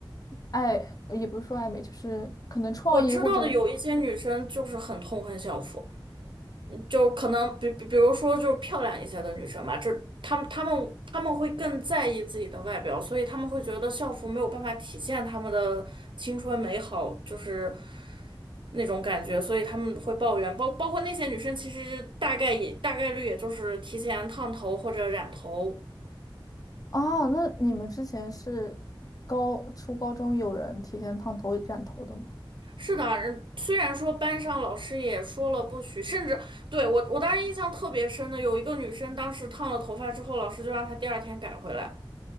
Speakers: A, on the left (about 45°); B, on the right (about 65°).
A: 爱，也不是说爱美，就是可能创意或者。
B: 我知道的有一些女生就是很痛恨校服，嗯就可能比比比如说就是漂亮一些的女生吧，就她们她们她们会更在意自己的外表，所以她们会觉得校服没有办法体现她们的青春美好，就是那种感觉，所以她们会抱怨，包包括那些女生其实大概也大概率也就是提前烫头或者染头，
A: 哦，那你们之前是高，初高中有人提前烫头染头的吗？
B: 是的，嗯虽然说班上老师也说了不许，甚至对我，我当时印象特别深的有一个女生，当时烫了头发之后，老师就让她第二天改回来。